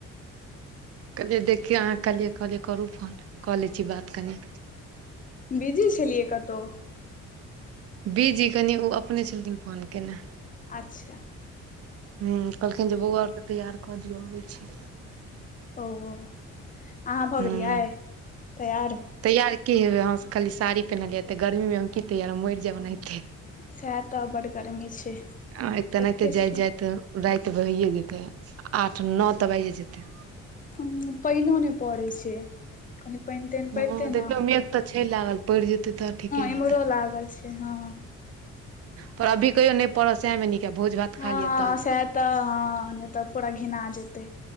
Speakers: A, on the right; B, on the left.
A: कहलियै देखी अहाँ कहलियै कहलियै करू फोन कऽ लै छी बात कनि।
B: बीजी छेलियै कत्तौ।
A: बीजी कनि उ अपने छलखिन फोन केने।
B: आच्छा।
A: हूं कहलखिन जे बौआ और के तैयार कऽ दियौ अबय छी।
B: ओ अहाँ भऽ
A: हूँ
B: गेलियै तैयार?
A: तैयार की हेबय हमसऽ खाली साड़ी पेन्हलियै अते गर्मीमे हम की तैयार मइर जैब ओनाहिते।
B: सएह तऽ बड गर्मी छै
A: आइ तऽ
B: देखते
A: एनाहिते जाइत-जाइत
B: छियै
A: राइत भ‌ऽये जेतय आठ न तऽ बाइजे जेतय।
B: ऊं पइनो नैय पड़ै छै कनि पइन-तइन
A: हँ
B: पैड़तै न।
A: देखियौ मेघ तऽ छै लागल पइड़ जेतै तऽ ठीके रहतै।
B: इम्हरो लागल छै हँ
A: पर अभी कहियौ नैय पड़ऽ सेहै में नीक। य भोज भात
B: हँ
A: खा लिअ
B: हँ
A: तब
B: सैह तऽ हँ नैय तऽ पूरा घिना जेतय।